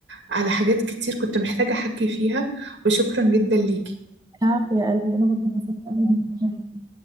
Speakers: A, on the right (about 80°); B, on the right (about 20°).
A: على حاجات كتير كنت محتاجة أحكي فيها وشكرا جدا ليكي
B: عفوا يا قلبي انا برضه اتبسطت قوي إني كنت معاكي.